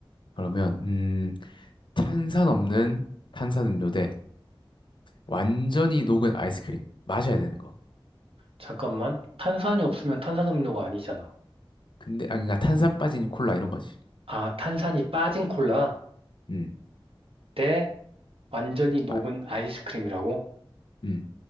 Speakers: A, on the left; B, on the right.
A: 그러면, 음, 탄산 없는 탄산음료 대 완전히 녹은 아이스크림. 마셔야 되는 거.
B: 잠깐만. 탄산이 없으면 탄산음료가 아니잖아.
A: 근데, 아, 그러니까 탄산 빠진 콜라 이런 거지.
B: 아, 탄산이 빠진 콜라
A: 음,
B: 대 완전히 녹은
A: 아,
B: 아이스크림이라고?
A: 음.